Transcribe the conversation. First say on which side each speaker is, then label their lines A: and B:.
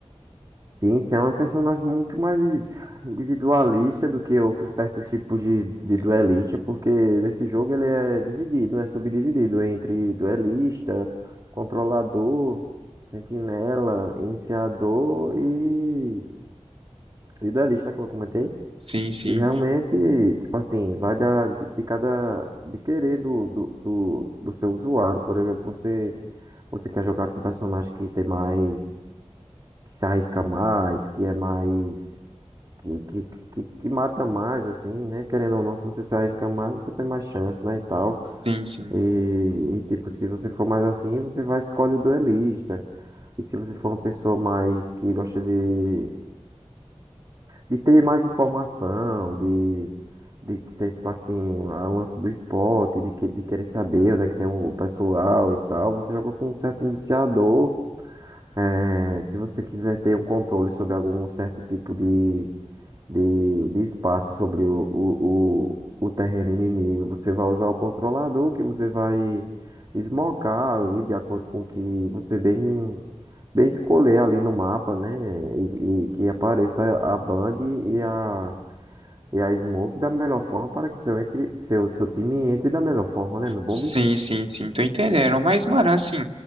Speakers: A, on the right; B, on the right.
A: Sim, Sam é um personagem muito mais <laughs> individualista do que outros certos tipos de, de duelista, porque nesse jogo ele é dividido, né? Subdividido entre duelista, controlador, sentinela, iniciador e, e duelista, né? Como eu comentei.
B: Sim, sim,
A: E realmente, tipo assim, vai da, de, de cada, de querer do, do, do, do seu usuário. Por exemplo, você, você quer jogar com um personagem que tem mais, que se arrisca mais, que é mais, que, que, que, que mata mais, assim, né? Querendo ou não, se você se arrisca mais, você tem mais chance, né, e tal.
B: sim, sim.
A: E, e tipo, se você for mais assim, você vai escolher o duelista. E se você for uma pessoa mais que gosta de de ter mais informação, de, de ter, tipo assim, a lance do esporte, de, que- de querer saber onde é que tem o pessoal e tal, você joga com um certo iniciador. É, se você quiser ter um controle sobre algum certo tipo de, de, de espaço sobre o, o, o, o terreno inimigo. Você vai usar o controlador que você vai esmocar ali de acordo com o que você bem, bem escolher ali no mapa, né? E, e que apareça a Bang e a, e a Smoke da melhor forma para que seu, entre, seu, seu time entre da melhor forma, né? No bomb.
B: Sim, sim, sim, tô entendendo. Mas, mano, assim,